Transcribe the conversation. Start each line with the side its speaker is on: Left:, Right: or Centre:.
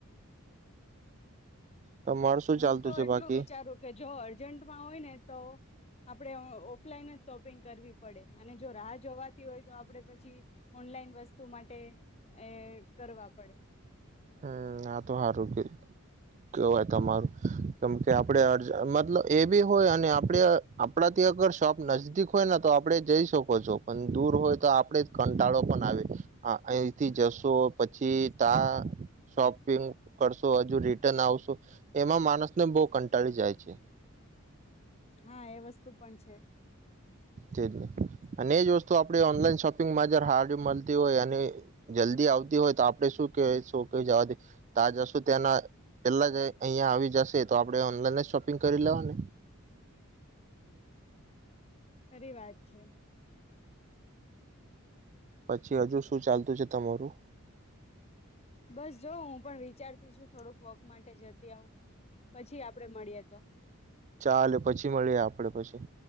Right: તમાર શું
Left: હું
Right: ચાલતું
Left: તો
Right: છે
Left: એટલું
Right: બાકી
Left: વિચારું કે જો અર્જન્ટમાં હોય ને તો આપણે ઓફલાઈન જ શોપિંગ કરવી પડે. અને જો રાહ જોવાતી હોય તો આપણે પછી ઓનલાઈન વસ્તુ માટે એ કરવા પડે.
Right: હમ આ તો સારું કે કેવાય તમારું કેમ કે આપડે અ મતલબ એ બી હોય અને આપડ આપણાથી અગર શોપ નજદીક હોય ને તો આપણે જઈ શકો છો. પણ દૂર હોય તો આપડે જ કંટાળો પણ આવે અહીથી જશો પછી તા શોપિંગ કરશો, હજુ રિટર્ન આવશો. એમાં માણસને બહુ કંટાળી જાય છે.
Left: હા એ વસ્તુ પણ છે.
Right: તેજ ને અને એજ વસ્તુ આપણે ઓનલાઈન શોપિંગમાં જ હારું મળતી હોય અને જલ્દી આવતી હોય તો આપણે શું કેવાય શ ક જવાથી તા જશો ત્યાંના પેલા જ અહીંયા આવી જશે તો આપણે ઓનલાઈન શોપિંગ કરી લેવાં
Left: ખરી વાત છે.
Right: પછી હજુ શું ચાલતું છે તમારું!
Left: બસ જોવ હું પણ વિચારતી છું થોડુંક વોક માટે જતી આવું. પછી આપડે મળીએ તો.
Right: ચાલે પછી મળીએ આપડે પછી.